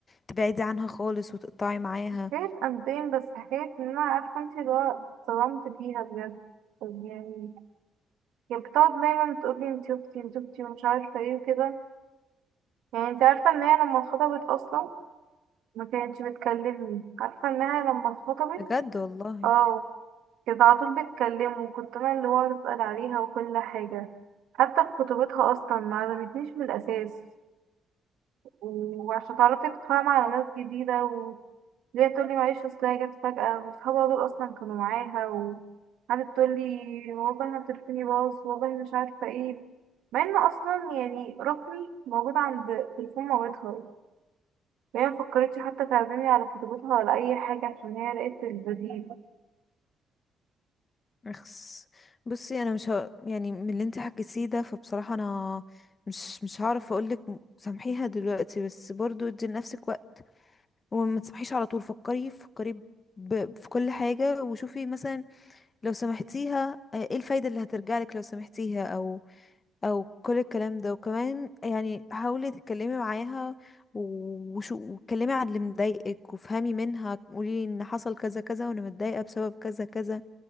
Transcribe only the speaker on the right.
مش حكاية قلبين بس حكاية ان انا عارفة انت اللي هو اتصدمت فيها بجد طب يعني هي بتقعد دايما تقولي انت اختي انت اختي ومش عارفة ايه وكده يعني انت عارفة ان هي لما اتخطبت اصلا ما كانتش بتكلمني عارفة انها لما اتخطبت
اه كانت على طول بتكلمه وكنت انا اللي بقعد اسأل عليها وكل حاجة حتى في خطوبتها اصلا ما عزمتنيش من الاساس وعشان تعرفي تتفاهم على ناس جديدة ليه تقول لي معلش اصل هي جت فجأة وصحابها دول اصلا كانوا معاها وقعدت تقول لي والله انا تليفوني باظ والله مش عارفة ايه مع ان اصلا يعني رقمي موجود عند تليفون مامتها وهي مفكرتش حتى تعزمني على خطيبتها ولا اي حاجة عشان هي لقيت البديل